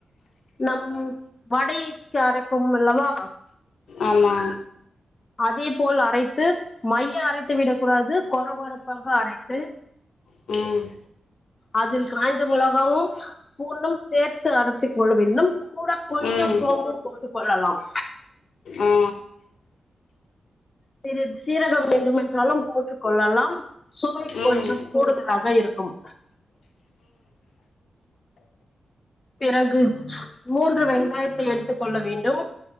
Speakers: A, on the left (about 30°); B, on the left (about 80°).
A: நம் வடைக்கு அரைப்போம் அல்லவா
B: ஆமா
A: அதேபோல் அரைத்து மைய அரைத்து விடக் கூடாது கொர கொரப்பாக அரைத்து
B: ம்
A: அதில் காஞ்ச மிளகாவும் பூண்டும் சேர்த்து அரைத்திக் கொள்ள வேண்டும் கூட கொஞ்சம்
B: ம்
A: சோம்பும் போட்டுக் கொள்ளலாம்
B: ஆ
A: சிறிது சீரகம் வேண்டுமென்றாலும் போட்டுக் கொள்ளலாம் சுவை
B: ம்
A: கொஞ்சம்
B: ம்
A: கூடுதலாக இருக்கும் பிறகு மூன்று வெங்காயத்தை எடுத்துக் கொள்ள வேண்டும்